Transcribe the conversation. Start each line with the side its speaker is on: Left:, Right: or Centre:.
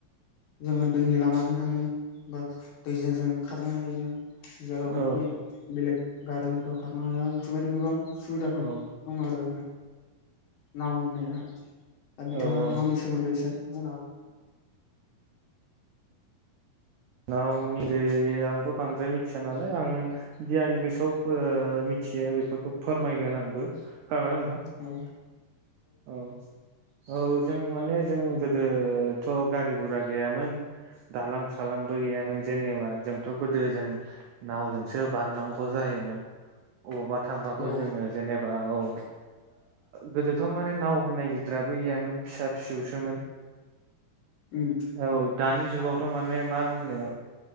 Left: जोङो दैनि लामाजों थाङो, बा दैजों जों खारनो हायो। जेरावनोखि
Right: औ
Left: बेलेग गारि मथर खारनो हाया। बेफोरबायदि गोबां सुबिदाफोर
Right: औ
Left: दङ आरो नाव होननाया दा बिथाङा
Right: औ
Left: नावनि सोमोनदै एसे बुंना हो।।
Right: नावनि सोमोन्दै आंथ' बांद्राय मिथिया नालाय आं गियानि गोसोआव फो मि मिथियो बेफोरखौ फोरमायगोन आंबो खोनादों ना नोंथां?
Left: हागोन
Right: औ औ जों माने जों गोदोथ' गारि गुरा गैयामोन दालां खालांबो गैयामोन जेनेबा जोंथ' गोदो जों नावजोंसो बारनांगौ जायोमोन। बबावबा थांबाबो
Left: औ
Right: जोङो जेनेबा औ ओ गोदो थ' माने नाव होनाय गिदिराबो गैयामोन फिसा फिसौसोमोन।
Left: उम
Right: औ दानि जुगावथ' माने मा होनो